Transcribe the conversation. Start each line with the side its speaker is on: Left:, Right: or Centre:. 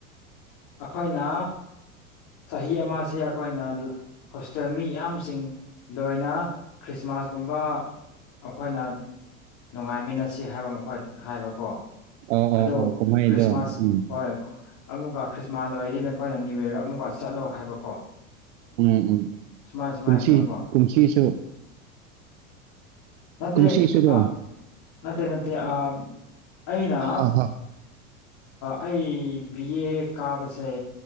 Left: ꯑꯩꯈꯣꯏꯅ ꯆꯍꯤ ꯑꯃ ꯁꯦ ꯑꯩꯈꯣꯏꯅ ꯍꯣꯁꯇꯦꯜ ꯃꯤ ꯌꯥꯝꯌꯥꯝꯁꯤꯡ ꯂꯣꯏꯅ ꯈ꯭ꯔꯤꯁꯃꯥꯁꯀꯨꯝꯕ ꯑꯩꯈꯣꯏꯅ ꯅꯨꯡꯉꯥꯏꯃꯤꯟꯅꯁꯤ ꯍꯥꯏꯕ ꯃꯈꯣꯏ ꯍꯥꯏꯕꯀꯣ꯫
Right: ꯑꯥ
Left: ꯑꯗꯣ
Right: ꯑꯥ ꯑꯥ ꯀꯨꯝꯍꯩꯗꯣ
Left: ꯈ꯭ꯔꯤꯁꯃꯥꯁ
Right: ꯎꯝ
Left: ꯍꯣꯏ ꯑꯃꯨꯛꯀ ꯈ꯭ꯔꯤꯁꯃꯥꯁ ꯂꯣꯏꯔꯗꯤ ꯅꯈꯣꯏꯅ ꯅꯅꯤꯌꯨ ꯌꯔꯒ ꯑꯃꯨꯛꯀ ꯆꯠꯂꯣ ꯍꯥꯏꯕꯀꯣ꯫
Right: ꯎꯝ ꯎꯝ
Left: ꯁꯨꯃꯥꯏ ꯁꯨꯃꯥꯏꯅ
Right: ꯀꯨꯝꯁꯤ
Left: ꯇꯧꯕ
Right: ꯄꯨꯨꯝꯁꯤꯁꯨ
Left: ꯅꯠꯇꯦ
Right: ꯀꯨꯝꯁꯤꯁꯨꯔꯣ
Left: ꯑ ꯅꯠꯇꯦ ꯅꯠꯇꯦ ꯑ ꯑꯩꯅ
Right: ꯑꯥ ꯍꯥ
Left: ꯑꯩ ꯕꯤ ꯑꯦ ꯀꯥꯕꯁꯦ